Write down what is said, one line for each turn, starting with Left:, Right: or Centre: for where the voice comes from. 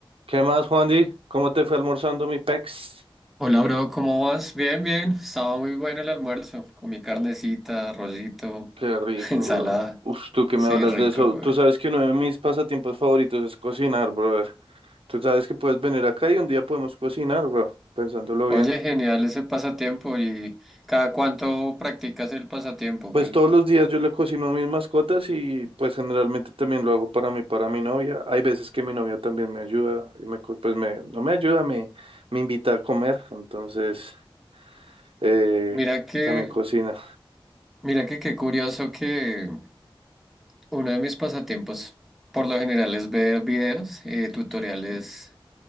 Right: ¿Qué más, Juandi? ¿Cómo te fue almorzando mi pex?
Centre: Hola, bro, ¿cómo vas? Bien, bien. Estaba muy bueno el almuerzo, con mi carnecita, arrocito,
Right: Qué rico,
Centre: <laughs> ensalada.
Right: bro. Uf, tú que
Centre: Sí,
Right: me hablas
Centre: rico,
Right: de eso.
Centre: güey.
Right: Tú sabes que uno de mis pasatiempos favoritos es cocinar, brother. Tú sabes que puedes venir acá y un día podemos cocinar, bro, pensándolo
Centre: Oye,
Right: bien.
Centre: genial ese pasatiempo y cada cuánto practicas el pasatiempo.
Right: Pues
Centre: Que
Right: todos los días yo le cocino a mis mascotas y pues generalmente también lo hago para mí, para mi novia. Hay veces que mi novia también me ayuda y me, co- pues me, no me ayuda, me, me invita a comer. Entonces, eh,
Centre: mira que,
Right: también cocina.
Centre: mira que qué curioso que uno de mis pasatiempos por lo general es ver videos, eh, Mm. tutoriales